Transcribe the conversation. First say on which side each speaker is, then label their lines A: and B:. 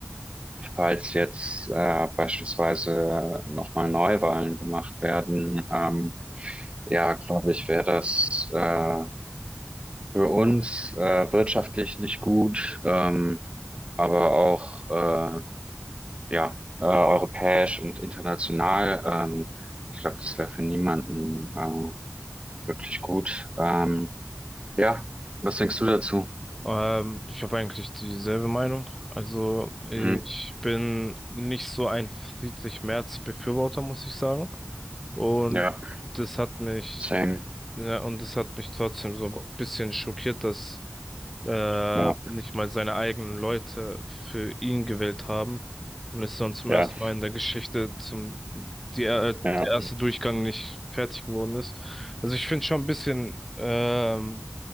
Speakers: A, on the right; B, in the centre.
A: falls jetzt äh, beispielsweise nochmal Neuwahlen gemacht werden, ähm, ja, glaube ich, wäre das äh, für uns äh, wirtschaftlich nicht gut, ähm, aber auch äh, ja, äh, europäisch und international. Ähm, ich glaube, das wäre für niemanden äh, wirklich gut. Ähm, ja, was denkst du dazu?
B: Ähm, ich habe eigentlich dieselbe Meinung. Also ich
A: Hm,
B: bin nicht so ein Friedrich Merz-Befürworter, muss ich sagen. Und
A: ja,
B: das hat mich
A: same.
B: Ja, und es hat mich trotzdem so ein bisschen schockiert, dass äh,
A: Ja,
B: nicht mal seine eigenen Leute für ihn gewählt haben und es dann zum
A: ja,
B: ersten Mal in der Geschichte zum die, äh,
A: ja,
B: der erste Durchgang nicht fertig geworden ist. Also ich finde schon ein bisschen ähm,